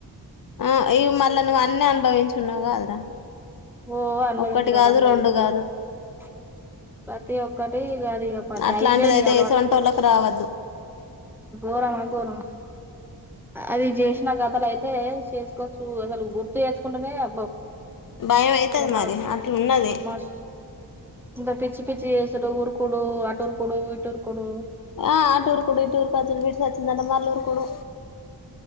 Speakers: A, on the left; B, in the centre.
A: ఆ ఇవి మళ్ళా నువ్వు అన్ని అనుభవించున్నావు కాదురా
B: ఓ అనుభవించుడాటా
A: ఒక్కటి కాదు
B: తుడాడు అనుభవించుడు
A: రెండు కాదు
B: ప్చ్ ప్రతి ఒక్ కంటే ఇగ ఐపేనా పట్
A: అట్లాంటిదయితే
B: అయిపోయింది అలవాటు
A: ఏసోంటోళ్ళకి రావద్దు
B: గోరమ గోరమ అది జేసిన కథలు అయితే చేస్ కోచ్చు ఏమన్న గుర్తు చేేసుకుంటేనే అబ్బో
A: భయం అయితది
B: ఇగ మార్చ్
A: మరి అట్ల ఉన్నది
B: లాస్ ఇంత పిచ్చి పిచ్చి చేేస్తుడు ఉరుకుడు అటురుకు కుడు ఇటురుకుడు
A: ఆ అటురుకుడు ఇటురు కాచ్చ వీటు సచ్చింద అంట మల్లురుకుడు